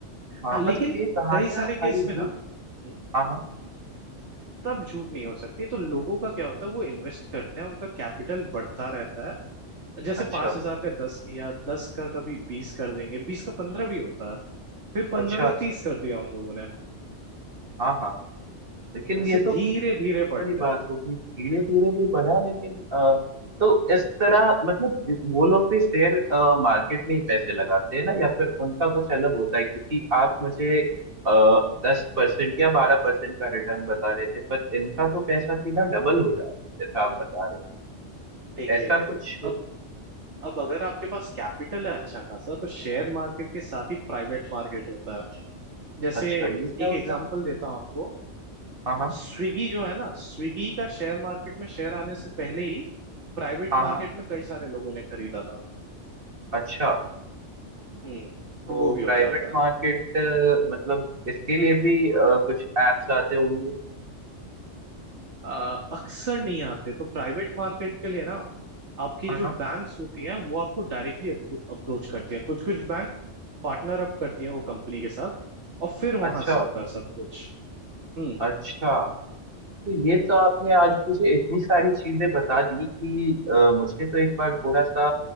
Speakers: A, on the right; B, on the right.
A: हाँ
B: हाँ लेकिन
A: मतलब ये कहानियां
B: कई सारे
A: सारी
B: केस
A: झूठ
B: में ना हम्म,
A: है हाँ हाँ
B: तब झूठ नहीं हो सकती तो लोगों का क्या होता है वो इन्वेस्ट करते हैं उनका कैपिटल बढ़ता रहता है जैसे
A: अच्छा
B: पांच हजार का दस किया दस का कभी बीस कर देंगे बीस का पंद्रह भी होता है फिर पंद्रह
A: अच्छा
B: का
A: अच्छा
B: तीस कर दिया उन लोगों ने
A: हाँ हाँ हाँ। लेकिन
B: ऐसे
A: ये तो
B: धीरे धीरे बढ़ते
A: बड़ी बात
B: हैं
A: होगी धीरे धीरे भी बढ़ा लेकिन अ, तो इस तरह मतलब वो लोग भी शेयर मार्केट में ही पैसे लगाते हैं ना या फिर उनका कुछ अलग होता है क्योंकि आप मुझे दस परसेंट या बारह परसेंट का रिटर्न बता रहे थे पर इनका तो पैसा सीधा डबल हो जा रहा है जैसा आप बता रहे हैं
B: देखिए
A: ऐसा कुछ
B: अब अब अगर आपके पास कैपिटल है अच्छा खासा तो शेयर मार्केट के साथ ही प्राइवेट मार्केट होता है जैसे
A: अच्छा ये क्या
B: एक
A: होता
B: एग्जांपल
A: है
B: देता हूँ आपको
A: हाँ हाँ
B: स्विगी जो है ना स्विगी का शेयर मार्केट में शेयर आने से पहले ही प्राइवेट
A: हाँ
B: मार्केट
A: हाँ
B: में कई सारे लोगों ने खरीदा था
A: अच्छा
B: हम्म
A: तो
B: तो वो भी हो
A: प्राइवेट
B: जाता है
A: मार्केट मतलब इसके लिए भी अ, कुछ एप्स आते होंगे
B: अ, अक्सर नहीं आते तो प्राइवेट मार्केट के लिए ना आपकी
A: हाँ
B: जो
A: हाँ
B: बैंक्स होती हैं वो आपको डायरेक्टली अप्रोच करती हैं कुछ कुछ पार्टनर अप करती है वो कंपनी के साथ और फिर वहां
A: अच्छा
B: से होता है सब कुछ हम्म
A: अच्छा तो ये तो आपने आज मुझे इतनी सारी चीजें बता दी कि अ, मुझे तो एक बार थोड़ा सा